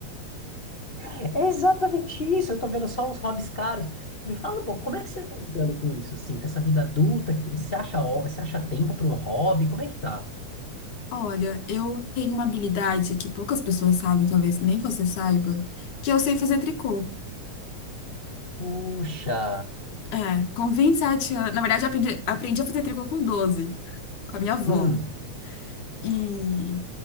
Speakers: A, on the left (about 50°); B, on the left (about 85°).
A: É é exatamente isso, eu tô vendo só uns hobbies caros. Me fala, pô, como é que você tá lidando com isso, assim, com essa vida adulta que você acha, ho- você acha tempo para um hobby? Como é que tá?
B: Olha, eu tenho uma habilidade que poucas pessoas sabem, talvez nem você saiba, que eu sei fazer tricô.
A: Puxa,
B: É, com 27 anos. Na verdade, eu aprendi, aprendi a fazer tricô com 12, com a minha avó.
A: hum,
B: E,